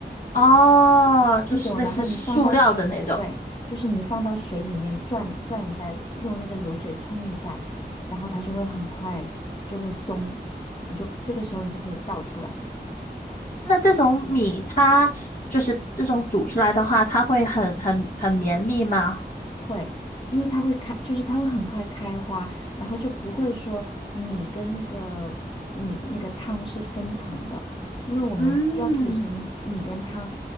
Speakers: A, on the left (about 50°); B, on the left (about 30°).
A: 哦，就是类似塑料的那种。
B: 那种，然后你放到水，对，就是你放到水里面转转一下，用那个流水冲一下，然后它就会很快就会松，你就这个时候你就可以倒出来，
A: 那这种米它就是这种煮出来的话，它会很很很绵密吗？
B: 会，因为它会开，就是它会很快开花，然后就不会说米跟那个米那个汤是分层的，因为我们要煮成米跟汤，
A: 嗯，